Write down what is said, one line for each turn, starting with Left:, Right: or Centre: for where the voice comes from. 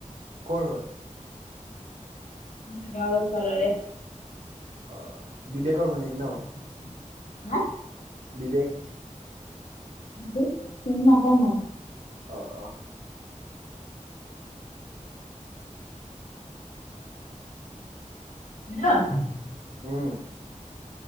Right: ক'ৰ হয়?
Left: আমাৰ গাওঁৰ, ওচৰৰে
Right: অ, বিবেকৰ ভনীয়েক ন?
Left: হা,
Right: বিবেক
Left: বিবেক চিনি নাপাওঁ মই।
Right: অ অ
Left: <unintelligible> <inaudible>
Right: উম,